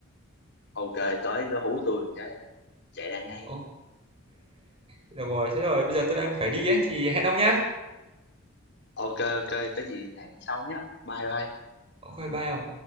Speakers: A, on the left; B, on the right.
A: Ok, tới cứ hú tôi một cái chạy ra ngay
B: Ok, được rồi, thế rồi, bây giờ tôi đang phải đi ấy, thì hẹn ông nhá.
A: ok ok có gì hẹn hôm sau nhé bye bye
B: Ok, bye ông.